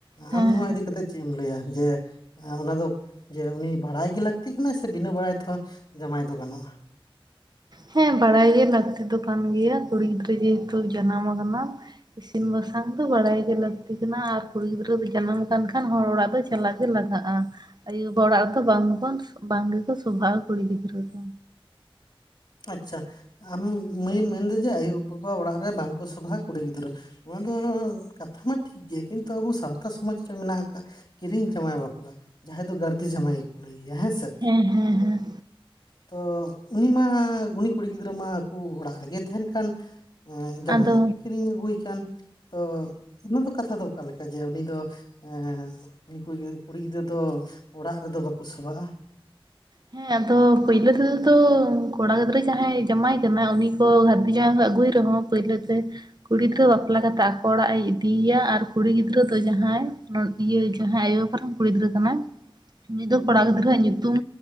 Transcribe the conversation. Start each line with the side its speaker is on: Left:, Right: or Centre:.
Right: ᱦᱮᱸ
Left: ᱟᱢ ᱱᱚᱣᱟ
Right: ᱦᱮᱸ
Left: ᱤᱫᱤ ᱠᱟᱛᱮᱜ ᱪᱮᱫ ᱮᱢ ᱞᱟᱹᱭᱟ ᱡᱮ ᱦᱸ ᱚᱱᱟ ᱫᱚ ᱡᱮ ᱩᱱᱤ ᱵᱟᱲᱟᱭ ᱜᱮ ᱞᱟᱹᱠᱛᱤ ᱠᱟᱱᱟ ᱥᱮ ᱵᱤᱱᱟᱹ ᱵᱟᱲᱟᱭ ᱛᱮᱦᱚᱸ ᱡᱟᱢᱟᱭ ᱫᱚ ᱜᱟᱱᱚᱜᱼᱟ?
Right: ᱦᱮᱸ ᱵᱟᱲᱟᱭ ᱜᱮ ᱞᱟᱹᱠᱛᱤ ᱫᱚ ᱠᱟᱱ ᱜᱮᱭᱟ ᱠᱩᱲᱤ ᱜᱤᱫᱽᱨᱟᱹ ᱡᱮᱦᱮᱛᱩ ᱡᱟᱱᱟᱢ ᱟᱠᱟᱱᱟ, ᱤᱥᱤᱱ ᱵᱟᱥᱟᱝ ᱫᱚ ᱵᱟᱲᱟᱭ ᱜᱮ ᱞᱟᱹᱠᱛᱤ ᱠᱟᱱᱟ ᱟᱨ ᱠᱩᱲᱤ ᱜᱤᱫᱽᱨᱟᱹ ᱫᱚ ᱡᱟᱱᱟᱢ ᱠᱷᱟᱱ ᱠᱷᱟᱱ ᱦᱚᱲ ᱚᱲᱟᱜ ᱫᱚ ᱪᱟᱞᱟᱜ ᱜᱮ ᱞᱟᱜᱟᱜᱼᱟ ᱟᱭᱩ ᱵᱟᱵᱟ ᱚᱲᱟᱜ ᱨᱮᱫᱚ ᱵᱟᱝ ᱵᱚᱝ ᱵᱟᱝ ᱜᱮᱠᱚ ᱥᱚᱵᱷᱟᱜᱼᱟ ᱠᱩᱲᱤ ᱜᱤᱫᱽᱨᱟᱹ ᱫᱚ᱾
Left: ᱟᱪᱪᱷᱟ ᱟᱢ ᱢᱟᱹᱭᱮᱢ ᱢᱮᱱᱫᱟ ᱡᱮ ᱟᱭᱳᱵᱟᱵᱟ ᱚᱲᱟᱜ ᱨᱮ ᱵᱟᱝᱠᱚ ᱥᱚᱵᱷᱟ ᱠᱩᱲᱤ ᱜᱤᱫᱽᱨᱟᱹ? ᱚᱱᱟ ᱫᱚ ᱠᱟᱛᱷᱟ ᱢᱟ ᱴᱷᱤᱠ ᱜᱮᱭᱟ ᱠᱤᱱᱛᱩ ᱟᱵᱚ ᱥᱟᱶᱛᱟ ᱥᱚᱢᱟᱡᱽ ᱨᱮ ᱢᱮᱱᱟᱜ ᱟᱠᱟᱫ ᱠᱤᱨᱤᱧ ᱡᱟᱶᱟᱭ ᱵᱟᱯᱞᱟ ᱡᱟᱦᱟᱸᱭ ᱫᱚ ᱜᱟᱨᱫᱤ ᱡᱟᱶᱟᱭ ᱜᱮᱠᱚ ᱞᱟᱹᱭ ᱟᱭᱟ ᱦᱮᱸᱥᱮ,
Right: ᱦᱮᱸ, ᱦᱮᱸ, ᱦᱮᱸ,
Left: ᱛᱚ ᱩᱱᱤ ᱢᱟ ᱩᱱᱤ ᱠᱩᱲᱤ ᱜᱤᱫᱽᱨᱟᱹ ᱢᱟ ᱟᱠᱩ ᱚᱲᱟᱜ ᱨᱮᱜᱮ ᱛᱟᱦᱸᱮᱱ ᱠᱷᱟᱱ ᱮᱸ ᱟᱸᱡᱟᱢ
Right: ᱟᱫᱚ
Left: ᱢᱮ ᱵᱟᱠᱚ ᱠᱤᱨᱤᱧ ᱟᱹᱜᱩᱭ ᱠᱷᱟᱱ ᱛᱚ ᱚᱱᱟ ᱫᱚ ᱠᱟᱛᱷᱟ ᱫᱚ ᱚᱠᱟ ᱞᱮᱠᱟ ᱡᱮ ᱩᱱᱤ ᱫᱚ ᱮᱸᱻ ᱩᱱᱤ ᱠᱩᱲᱤ ᱠᱩᱲᱤ ᱜᱤᱫᱽᱨᱟᱹ ᱫᱚ ᱚᱲᱟᱜ ᱨᱮᱫᱚ ᱵᱟᱠᱚ ᱥᱚᱵᱷᱟᱜᱼᱟ᱾
Right: ᱦᱮᱸ ᱟᱫᱚ ᱯᱳᱭᱞᱳ ᱛᱮᱫᱚ ᱫᱚ ᱠᱚᱲᱟ ᱜᱤᱫᱽᱨᱟᱹ ᱡᱟᱦᱟᱸᱭ ᱠᱟᱱᱟᱭ ᱩᱱᱤ ᱠᱚ ᱜᱷᱟᱨᱫᱤ ᱡᱟᱶᱟᱭ ᱠᱚ ᱟᱹᱜᱩᱭ ᱨᱮᱦᱚᱸ ᱯᱳᱭᱞᱳ ᱛᱮ, ᱠᱩᱲᱤ ᱜᱤᱫᱽᱨᱟᱹ ᱵᱟᱯᱞᱟ ᱠᱟᱛᱮᱫ ᱚᱲᱟᱜ ᱮ ᱤᱫᱤᱭᱮᱭᱟ ᱟᱨ ᱠᱩᱲᱤ ᱜᱤᱫᱽᱨᱟᱹ ᱫᱚ ᱡᱟᱦᱟᱸᱭ ᱤᱭᱟᱹ ᱡᱟᱦᱟᱸᱭ ᱟᱭᱳᱵᱟᱵᱟ ᱨᱮᱱ ᱠᱩᱲᱤ ᱜᱤᱫᱽᱨᱟᱹ ᱠᱟᱱᱟᱭ ᱩᱱᱤ ᱫᱚ ᱠᱚᱲᱟ ᱜᱤᱫᱽᱨᱟᱹᱣᱟᱜ ᱧᱩᱛᱩᱢ,